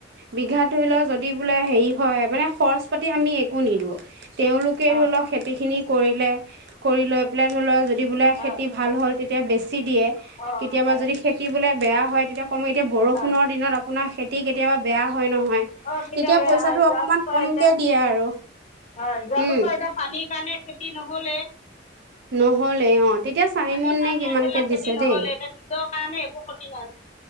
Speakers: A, on the right (about 55°); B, on the left (about 35°).
A: বিঘাত ধৰি ল যদি বোলে হেৰি হয়, মানে খৰচ পাতি আমি একো নিদিওঁ। তেওঁলোকে
B: অঁ
A: ধৰি লওক খেতিখিনি কৰিলে কৰিলে, কৰি লৈ পেলাই ধৰি লওক যদি বোলে
B: হয়
A: খেতি ভাল হ'ল, তে তেতিয়া বেছি দিয়ে,
B: অঁ
A: কেতিয়াবা
B: হয়
A: যদি খেতি বোলে বেয়া হয় তেতিয়া কম, এতিয়া বৰষুণ
B: হয়
A: দিনত আ আপোনাৰ খেতি কেতিয়াবা বেয়া হয় নহয়।
B: অ', কেতিয়াবা
A: তেতিয়া
B: বেয়া
A: পইচাটো
B: হয়, যোৱা
A: অকণমান
B: বছৰ
A: কমকৈ
B: এতিয়া,
A: দিয়ে আৰু
B: হয়, যোৱা
A: উম।
B: বছৰ এতিয়া পানীৰ কাৰণে খেতি নহ'লে।
A: নহ'লেই অ', তেতিয়া চাৰি
B: পানীৰ
A: মোন
B: কাৰণে
A: নে কিমানকে
B: ধৰি লওক খেতি
A: দিছে
B: নহ'লে
A: দেই।
B: এতিয়া নিজৰ কাৰণে একো খতি হোৱা নাই।